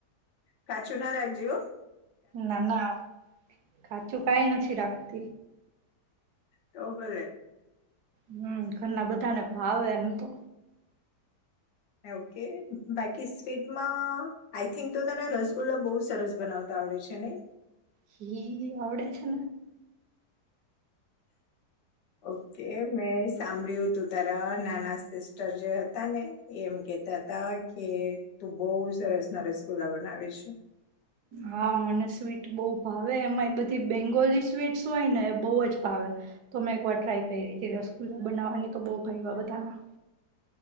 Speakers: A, on the left (about 80°); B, on the right (about 70°).
A: કાચું નારા એક જ હ.
B: ના ના કાચું કાઈ નથી રાખતી.
A: તો બલે
B: હમ ઘરના બધાને ભાવે એમ તો
A: ઓકે બાકી સ્વીટમાં આઈ થિંક તો તને રસગુલ્લા બહુ સરસ બનાવતા આવડે છે ને
B: હી આવડે છે
A: ઓકે મેં સાંભળ્યું તું તારા નાના સિસ્ટર જે હતા ને એ એમ કેતા હતા કે તું બહવ સરસ ના રસગુલ્લા બનાવે છે.
B: હા મને સ્વીટ બહુ ભાવે એમાં એ બધી બેંગોલી સ્વીટ હોય ને એ બહ જ ભાવે તો મેં એક વાર ટ્રાય કરી હતી રસગુલ્લા બનાવાની તો બઉ ભાવ બધાના